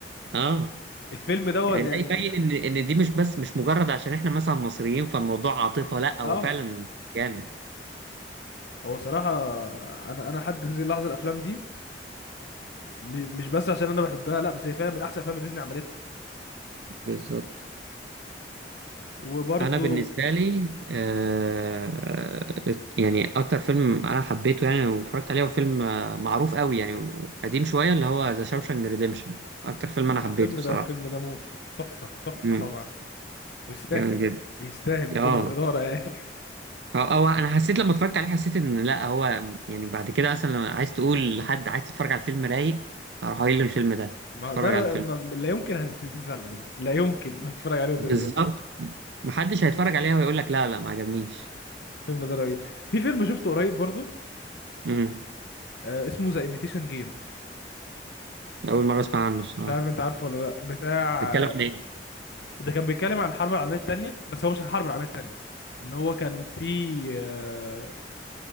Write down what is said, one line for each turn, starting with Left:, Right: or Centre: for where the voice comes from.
Right: اه
Left: الفيلم دوت
Right: يعني ده
Left: يعني
Right: يبين ان ان دي مش بس مش مجرد عشان احنا مثلا مصريين فالموضوع عاطفه لا
Left: اه
Right: هو فعلا جامد
Left: هو صراحه انا انا لحد هذه اللحظه الافلام دي م- مش بس عشان انا بحبها لا بس هي فعلا من احسن افلام ديزني عملتها
Right: بالظبط
Left: وبرده
Right: انا بالنسبه لي آه، يعني اكتر فيلم انا حبيته يعني واتفرجت عليه هو فيلم آه، معروف قوي يعني قديم شويه اللي هو ذا شاوشانك ريديمشن اكتر فيلم انا حبيته
Left: الفيلم
Right: الصراحه
Left: ده الفيلم ده موت تحفه تحفه
Right: امم
Left: طبعا ويستاهل
Right: جامد جدا
Left: يستاهل بكل
Right: اه
Left: جداره يعني
Right: أو, او انا حسيت لما اتفرجت عليه حسيت ان لا هو يعني بعد كده مثلا لما عايز تقول لحد عايز تتفرج على الفيلم رايق اروح قايل له الفيلم ده
Left: ما
Right: اتفرج
Left: هو ده
Right: على الفيلم
Left: ما لا يمكن هتتزعل منه لا يمكن <laughs> هتتفرج عليه وتزعل
Right: بالظبط محدش هيتفرج عليه ويقول لك لا لا ما عجبنيش
Left: الفيلم ده رهيب في فيلم شفته قريب برضو
Right: امم
Left: آه، اسمه ذا ايميتيشن جيم
Right: اول مره اسمع عنه الصراحه
Left: مش عارف انت عارفه ولا لا بتاع
Right: بيتكلم
Left: آه،
Right: عن ايه
Left: ده كان بيتكلم عن الحرب العالميه الثانيه بس هو مش الحرب العالميه الثانيه ان هو كان في آه،